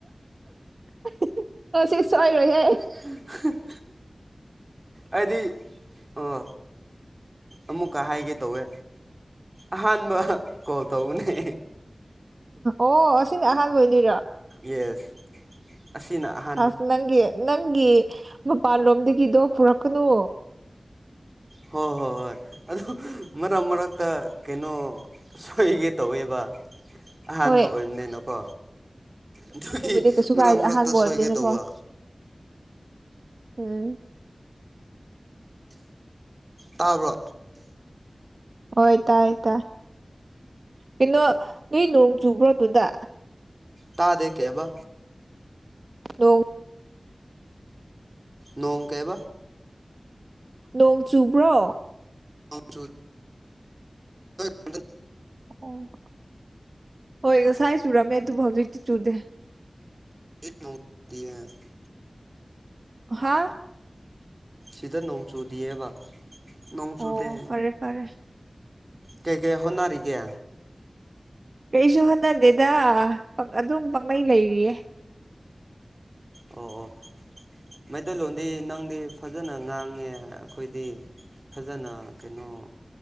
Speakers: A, on the right (about 65°); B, on the right (about 35°).
A: <unintelligible> ꯃꯁꯤ ꯁꯣꯏꯔꯣꯏꯍꯦ
B: <unintelligible> ꯑꯩꯗꯤ ꯑꯣ ꯑꯃꯨꯛꯀ ꯍꯥꯏꯒꯦ ꯇꯧꯋꯦ ꯑꯍꯥꯟꯕ ꯀꯣꯜ ꯇꯧꯕꯅꯦ
A: ꯑꯣ ꯑꯁꯤꯅ ꯑꯍꯥꯟꯕ ꯑꯣꯏꯗꯣꯏꯔꯣ
B: ꯌꯦꯁ ꯑꯁꯤꯅ ꯑꯍꯥꯟꯕ
A: ꯑꯁ ꯅꯪꯒꯤ ꯅꯪꯒꯤ ꯃꯄꯥꯟꯂꯣꯝꯗꯒꯤꯗꯣ ꯄꯨꯔꯛꯀꯅꯨ
B: ꯍꯣꯏ ꯍꯣꯏ ꯍꯣꯏ ꯑꯗꯨ ꯃꯔꯛ ꯃꯔꯛꯇ ꯀꯩꯅꯣ ꯁꯣꯏꯒꯦ ꯇꯧꯋꯦꯕ ꯑꯍꯥꯟꯕ
A: ꯍꯣꯏ
B: ꯑꯣꯏꯕꯅꯤꯅꯀꯣ ꯑꯗꯨꯒꯤ
A: ꯑꯗꯨꯕꯨꯗꯤ ꯀꯩꯁꯨ
B: ꯃꯔꯛ
A: ꯀꯥꯏꯗꯦ
B: ꯃꯔꯛꯇ
A: ꯑꯍꯥꯟꯕ
B: ꯁꯣꯏꯒꯦ
A: ꯑꯣꯏꯕꯅꯤꯅꯀꯣ
B: ꯇꯧꯕ
A: ꯎꯝ
B: ꯇꯥꯕ꯭ꯔꯣ
A: ꯍꯣꯏ ꯇꯥꯏ ꯇꯥꯏ ꯀꯩꯅꯣ ꯅꯣꯏ ꯅꯣꯡ ꯆꯨꯕ꯭ꯔꯣ ꯑꯗꯨꯗ
B: ꯇꯥꯗꯦ ꯀꯩꯕ
A: ꯑꯣ
B: ꯅꯣꯡ ꯀꯩꯕ
A: ꯅꯣꯡ ꯆꯨꯕ꯭ꯔꯣ
B: ꯆ <unintelligible>
A: ꯑꯣ ꯍꯣꯏ ꯉꯁꯥꯏ ꯆꯨꯔꯝꯃꯦ ꯑꯗꯨꯕꯨ ꯍꯧꯖꯤꯛꯇꯤ ꯆꯨꯗꯦ
B: <unintelligible>
A: ꯍꯥ
B: ꯁꯤꯗ ꯅꯣꯡ ꯆꯨꯗꯤꯑꯕ ꯅꯣꯡ ꯆꯨꯗꯦ
A: ꯑꯣ ꯐꯔꯦ ꯐꯔꯦ
B: ꯀꯩꯀꯩ ꯍꯣꯠꯅꯔꯤꯒꯦ
A: ꯀꯩꯁꯨ ꯍꯣꯠꯅꯗꯦꯗ ꯑꯗꯨꯝ ꯄꯪꯅꯩ ꯂꯩꯔꯤꯌꯦ
B: ꯑꯣ ꯑꯣ ꯃꯩꯇꯩꯂꯣꯟꯗꯤ ꯅꯪꯗꯤ ꯐꯖꯅ ꯉꯥꯡꯉꯦ ꯑꯩꯈꯣꯏꯗꯤ ꯐꯖꯅ ꯀꯩꯅꯣ